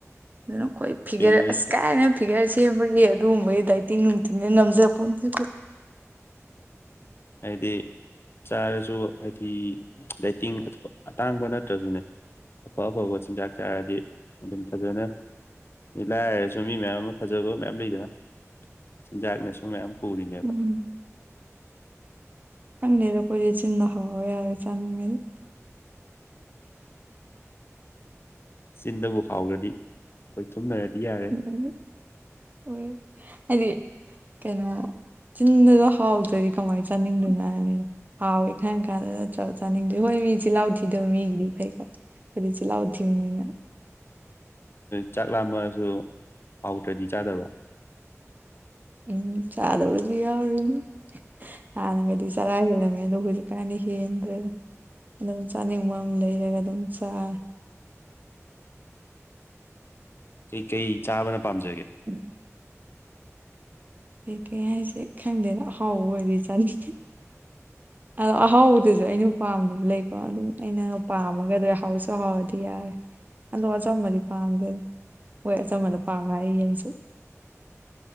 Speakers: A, on the right; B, on the left.
A: ꯑꯗꯨꯅ ꯑꯩꯈꯣꯏ ꯐꯤꯒꯔ
B: ꯀꯩꯅꯣ ꯍꯥꯏꯁꯦ
A: ꯑꯁ ꯀꯥꯏꯅ ꯐꯤꯒꯔ ꯁꯦꯝꯕꯒꯤ ꯑꯗꯨꯒꯨꯝꯕꯒꯤ ꯗꯥꯏꯇꯤꯡ ꯅꯨꯡꯇꯤꯡꯗ ꯅꯝꯖ ꯄꯣꯗꯤ
B: ꯍꯥꯏꯗꯤ ꯆꯥꯔꯁꯨ ꯍꯥꯏꯗꯤ ꯗꯥꯏꯇꯤꯡ ꯑꯇꯥꯡꯕ ꯅꯠꯇ꯭ꯔꯁꯨꯅꯦ ꯑꯐ ꯑꯐꯕ ꯆꯤꯟꯖꯥꯛ ꯆꯥꯔꯗꯤ ꯑꯗꯨꯝ ꯐꯖꯅ ꯂꯥꯏꯔꯁꯨ ꯃꯤ ꯃꯌꯥꯝ ꯑꯃ ꯐꯖꯕ ꯃꯌꯥꯝ ꯂꯩꯗꯅ ꯆꯤꯟꯖꯥꯛꯅꯁꯨ ꯃꯌꯥꯝ ꯄꯨꯂꯤꯗꯦꯕ
A: ꯎꯝ ꯐꯪꯗꯦꯗ ꯑꯩꯈꯣꯏꯗꯤ ꯆꯤꯟꯅ ꯍꯥꯎꯔ ꯌꯔꯦ ꯆꯅꯤꯡꯉꯗꯤ
B: ꯆꯤꯟꯗꯕꯨ ꯐꯥꯎꯈꯗꯤ ꯈꯣꯏ ꯊꯨꯝꯅꯔꯗꯤ ꯌꯥꯔꯦ
A: ꯎꯝ ꯑꯣ ꯍꯥꯏꯗꯤ ꯀꯩꯅꯣ ꯆꯤꯟꯗꯁꯨ ꯍꯥꯎꯗ꯭ꯔꯗꯤ ꯀꯃꯥꯏꯅ ꯆꯅꯤꯡꯗꯨꯅ ꯍꯥꯏ ꯍꯥꯎꯋꯦ ꯈꯪ ꯀꯥꯟꯗ ꯆ ꯆꯥꯅꯤꯡꯗꯦ ꯍꯣꯏ ꯃꯤ ꯆꯤꯜꯂꯥꯎꯊꯤꯗꯕ ꯃꯤꯒꯤꯗꯤ ꯐꯩꯀꯣ ꯈꯣꯏꯗꯤ ꯆꯤꯜꯍꯥꯎ ꯊꯤꯕꯅꯤꯅ
B: ꯆꯥꯛ ꯂꯥꯝꯃꯁꯨ ꯄꯥꯎꯇ꯭ꯔꯗꯤ ꯆꯥꯗꯕ
A: ꯎꯝ ꯆꯥꯗꯕꯁꯨ ꯌꯥꯎꯔꯤꯅꯤ ꯍꯥꯟꯅꯒꯗꯤ ꯆꯔꯥ ꯍꯦꯜꯂꯝꯃꯦ ꯑꯗꯣ ꯍꯧꯖꯤꯛ ꯀꯥꯅꯤ ꯍꯦꯟꯗ꯭ꯔꯦ ꯑꯗꯨꯝ ꯆꯥꯅꯤꯡꯕ ꯑꯃ ꯂꯩꯔꯒ ꯑꯗꯨꯝ ꯆꯥꯔꯦ
B: ꯀꯩꯀꯩ ꯆꯥꯕꯅ ꯄꯥꯝꯖꯒꯦ
A: ꯎꯝ ꯀꯩ ꯀꯩ ꯍꯥꯏꯁꯦ ꯈꯪꯗꯦꯅ ꯑꯍꯥꯎꯕ ꯑꯣꯏꯔꯤꯖꯥꯠꯅꯤꯉꯦ ꯑꯗꯣ ꯑꯍꯥꯎꯕꯗꯨꯁꯨ ꯑꯩꯅ ꯄꯥꯝꯗꯕ ꯂꯩꯀꯣ ꯑꯗꯨꯝ ꯑꯩꯅ ꯄꯥꯝꯃꯒꯗꯤ ꯍꯥꯎꯁꯨ ꯍꯥꯎꯔꯗꯤ ꯌꯥꯔꯦ ꯑꯗꯣ ꯑꯆꯝꯕꯗꯤ ꯄꯥꯝꯗ ꯍꯣꯏ ꯑꯆꯝꯕꯗ ꯄꯥꯝꯃꯦ ꯍꯥꯏꯌꯦꯡꯁꯨ